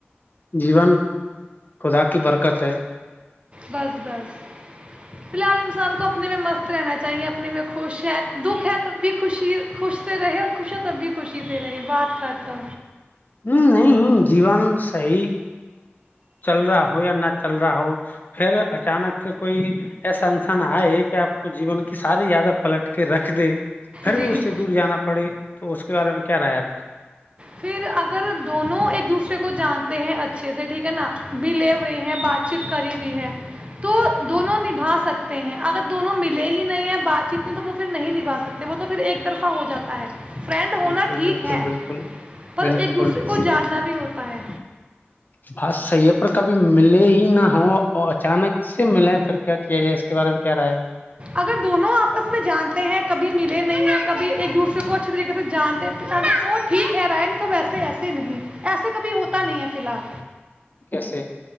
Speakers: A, on the left (about 45°); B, on the right (about 25°).
A: جیون خدا کی برکت ہے
B: بس بس فی الحال انسان تو اپنے میں مست رہنا چاہیے اپنے میں خوش ہے دکھ ہے تب بھی خوشی خوش سے رہے اور خوش ہے تب بھی خوشی سے رہے بات کرھا
A: ہ نہیں جیون صی چل رہا ہو یا نہ چل رہا ہو پھر اچانک سے کوئی ایسا انسان آئے کہ آپ کو جیون کی ساری یادیں پلٹ کے رکھ دے پھر
B: جی
A: بھی اس سے دور جانا پڑے تو اس کے بارے میں کیا رہا آپ کی
B: پھر اگر دونوں ایک دوسرے کو جانتے ہیں اچھے سے ٹھیک ہے نا بھی لے ہوئے ہیں بات چیت کری ہوئی ہے تو دونوں نبھا سکتے ہیں اگر دونوں ملے ہی نہیں نہیں ہے بات چیت کی تو وہ پھر نہیں نبھا سکتے وہ تو پھر ایک طرفہ ہو جاتا ہے فرینڈ ہونا
A: بالکل
B: ٹھیک
A: بالکل
B: ہے
A: بالکل
B: پر
A: بالکل
B: ایک دوسرے کو
A: جی
B: جاننا
A: بالکل
B: بھی ہوتا ہے
A: بات صحیح ہے پر کبھی ملے ہی نہ ہو اچانک سے ملیں پھر کیا کیا جائے اس کے بارے میں کیا رہاے
B: اگر دونوں آپس میں جانتے ہیں کبھی ملے نہیں ہیں کبھی ایک دوسرے کو اچھے طریقے سے جانتے ٹھیک ہے رائے نہیں تو وسے ایسے نہیں ایسے کبھی ہوتا نہیں ہے فی الحال
A: کیسے